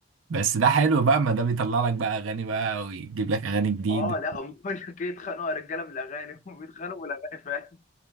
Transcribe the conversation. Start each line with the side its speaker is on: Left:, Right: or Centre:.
Right: بس ده حلو بقى ما ده بيطلع لك بقى اغاني بقى ويجيب لك اغاني جديدة
Left: اه لا هم <laughs> بقول لك ايه اتخانقوا يا رجاله بالاغاني <laughs> هم بيتخانقوا بالاغاني فعلا